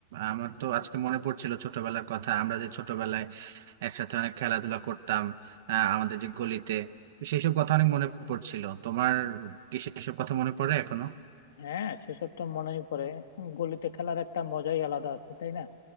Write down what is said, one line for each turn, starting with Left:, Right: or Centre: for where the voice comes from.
Right: আমার তো আজকে মনে পড়ছিল ছোটবেলার কথা আমরা যে ছোটবেলায় একসাথে অনেক খেলাধুলা করতাম আহ, আমাদের যে গলিতে তো সেইসব কথা অনেক মনে পড়ছিল তোমার কি সেসব কথা মনে পড়ে এখনো
Left: হ্যাঁ সেসব তো মনেই পড়ে গলিতে খেলার একটা মজাই আলাদা আছে তাই না